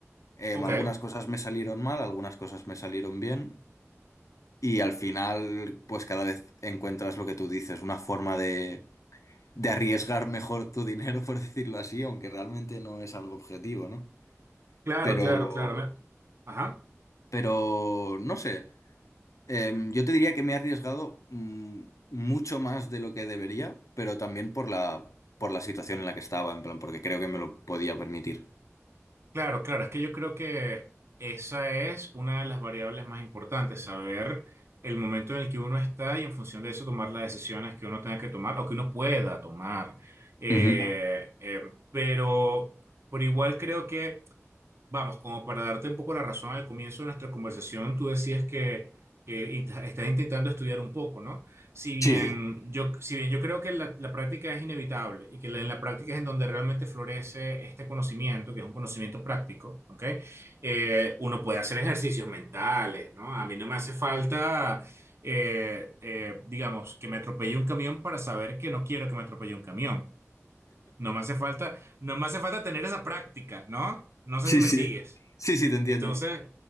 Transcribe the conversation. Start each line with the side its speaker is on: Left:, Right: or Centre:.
Left: Em,
Right: Ok,
Left: algunas cosas me salieron mal, algunas cosas me salieron bien. Y al final, pues cada vez encuentras lo que tú dices, una forma de, de arriesgar mejor tu dinero, <laughs> por decirlo así, aunque realmente no es algo objetivo, ¿no?
Right: claro,
Left: Pero,
Right: claro, claro. me- Ajá.
Left: pero, no sé. Em, yo te diría que me he arriesgado mm, mucho más de lo que debería, pero también por la, por la situación en la que estaba, en plan, porque creo que me lo podía permitir.
Right: Claro, claro, es que yo creo que esa es una de las variables más importantes, saber el momento en el que uno está y en función de eso tomar las decisiones que uno tenga que tomar o que uno pueda tomar. Eh,
Left: Ujú.
Right: eh, pero por igual creo que Vamos, como para darte un poco la razón al comienzo de nuestra conversación, tú decías que, que int- estás intentando estudiar un poco, ¿no? Si bien
Left: Sí, sí,
Right: yo, si bien yo creo que la, la práctica es inevitable y que la- en la práctica es en donde realmente florece este conocimiento, que es un conocimiento práctico, ¿ok? Eh, uno puede hacer ejercicios mentales, ¿no? A mí no me hace falta, eh, eh, digamos, que me atropelle un camión para saber que no quiero que me atropelle un camión. No me hace falta, no me hace falta tener esa práctica, ¿no? No sé
Left: sí.
Right: si me sigues.
Left: Sí, sí, te entiendo.
Right: Entonces,